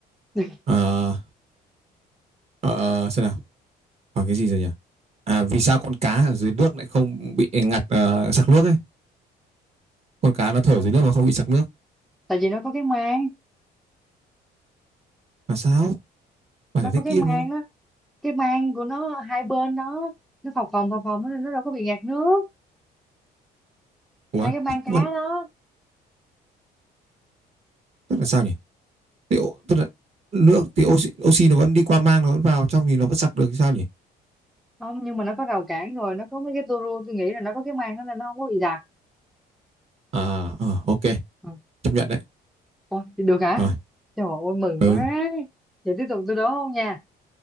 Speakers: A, in the centre; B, on the right.
A: <laughs>
B: Ờ, ờ, ờ, xem nào. Hỏi cái gì rồi nhỉ? À, vì sao con cá ở dưới nước lại không bị ngạt ờ, sặc nước ấy? Con cá nó thở
A: À,
B: dưới nước mà không bị sặc nước.
A: tại vì nó có cái mang
B: Là sao? Bạn
A: nó
B: giải thích
A: có cái
B: kỹ
A: mang
B: đúng không?
A: đó cái mang của nó hai bên đó nó phồng phồng phồng phồng nó nó đâu có bị ngạt nước
B: Ủa,
A: hai cái mang
B: tức
A: cá
B: mà-
A: đó
B: tức là sao nhỉ? Thì, ô- tức là nước thì oxy, oxy nó vẫn đi qua mang nó vẫn vào trong thì nó vẫn sặc được thì sao nhỉ?
A: không nhưng mà nó có rào cản rồi nó có mấy cái tua rua tôi nghĩ là nó có cái màng đó nên nó không có bị dạt
B: À, ờ, ok,
A: ừ.
B: chấp nhận đấy.
A: Ôi, thì được hả
B: Rồi,
A: trời ơi mừng
B: ừ.
A: quá vậy tiếp tục tôi đố không nha